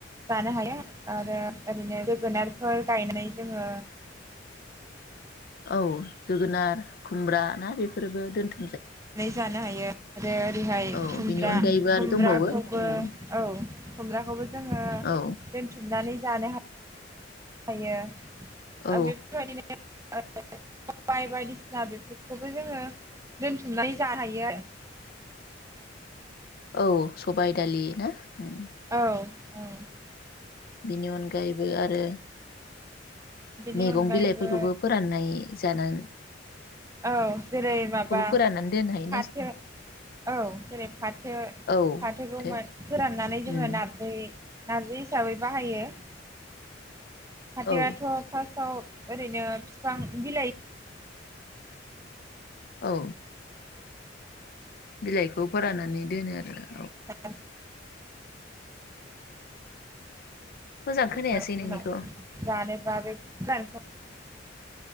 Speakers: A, on the right; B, on the left.
A: जानो हायो आरो ओरैनो जोगोनार फोर गायनानै जोङो
B: औ जोगोनार खुमब्रा ना बेफोरबो दोनथु
A: नै जानो हायो आरो ओरैहाय
B: औ
A: खुमब्रा
B: बिनि अनगायैबो
A: खुमब्राखौबो
B: आरो दंबावो उम
A: औ खुमब्राखौबो जोंङो
B: औ
A: दोनथुमनानै जानो हा हायो ओ
B: औ
A: बेफोरबायदिनो सबाय बायदिसिना बेफोरखौबो जोङो दोनथुमनानै जानो हायो आरो ।
B: औ सबायाइ दालि ना उम्म।
A: औ औ
B: बिनि अनगायैबो आरो
A: बेनि
B: मैगं
A: अनगायैबो
B: बिलाइफोरखौबो फोराननाय जानाय
A: औ जेरै माबा
B: फोराननानै
A: फाथो
B: दोननो हायोना
A: औ जेरै फाथो
B: औ
A: फाथोखौ
B: फाथो
A: फोराननानै जोङो
B: उम
A: नारजि नारजि हिसाबै बाहायो । फाथोआथ
B: औ
A: ' फार्स्ट आव ओरैनो बिफां बिलाइ
B: औ बिलाइखौ फोराननानै दोनो आरोना ।
A: औ <unintelligible>
B: मोजां खोनायासै नोंनिखौ